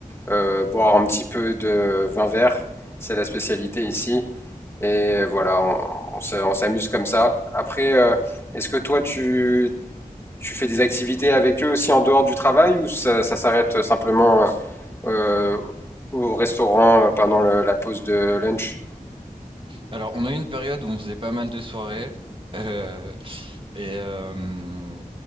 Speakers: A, on the left; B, on the right.
A: euh, boire un petit peu de vin vert. C'est la spécialité ici. Et voilà, on, on se- on s'amuse comme ça. Après, euh, est-ce que toi, tu tu fais des activités avec eux aussi en dehors du travail ou ça, ça s'arrête simplement euh, au restaurant euh, pendant le- la pause de lunch?
B: Alors, on a eu une période où on faisait pas mal de soirées. euh, et euh,